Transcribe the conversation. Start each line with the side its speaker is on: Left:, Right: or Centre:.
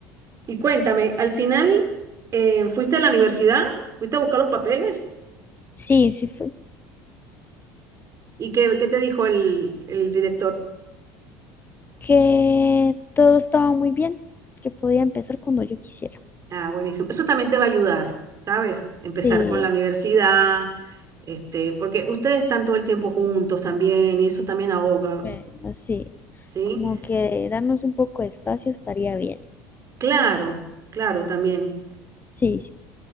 Right: Y cuéntame, al final, eh, ¿fuiste a la universidad? ¿Fuiste a buscar los papeles?
Left: Sí, sí fue.
Right: ¿Y qué, qué te dijo el, el director?
Left: Que todo estaba muy bien, que podía empezar cuando yo quisiera.
Right: Ah, buenísimo. Eso también te va a ayudar, ¿sabes? Empezar
Left: Sí,
Right: con la universidad, este, porque ustedes están todo el tiempo juntos también y eso también ahoga,
Left: Bueno, sí,
Right: ¿sí?
Left: como que darnos un poco de espacio estaría bien.
Right: Claro, claro, también.
Left: Sí, sí,